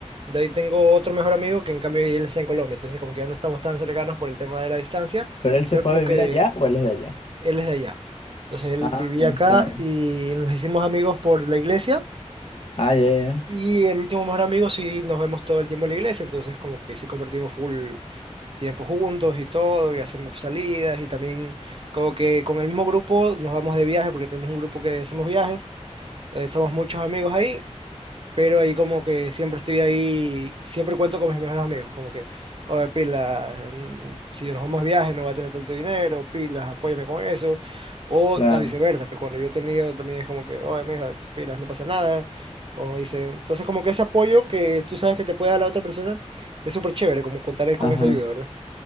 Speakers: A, on the right (about 50°); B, on the left (about 55°).
A: De ahí tengo otro mejor amigo que en cambio él está en Colombia, entonces como que ya no estamos tan cercanos por el tema de la distancia,
B: ¿Pero él se
A: pero
B: fue
A: como
B: a vivir
A: que
B: allá o él es de allá?
A: él es de allá. Entonces él
B: Ah,
A: vivía
B: no,
A: acá
B: es que...
A: y nos hicimos amigos por la iglesia
B: Ah, ya, ya,
A: y el último mejor amigo sí nos vemos todo el tiempo en la iglesia, entonces como que sí compartimos full tiempo juntos y todo, y hacemos salidas y también como que con el mismo grupo nos vamos de viaje porque tenemos un grupo que hacemos viajes, eh, somos muchos amigos ahí pero ahí como que siempre estoy ahí, siempre cuento con mis mejores amigos, como que, oye, pila, mm, si nos vamos de viaje no va a tener tanto dinero, pilas, apóyame con eso, o
B: claro.
A: a viceversa, pues cuando yo he tenido también es como que, oye, mijo, pilas, no pasa nada, o dice entonces como que ese apoyo que tú sabes que te puede dar la otra persona es súper chévere, como contar con
B: Ajá.
A: esa ayuda, ¿verdad?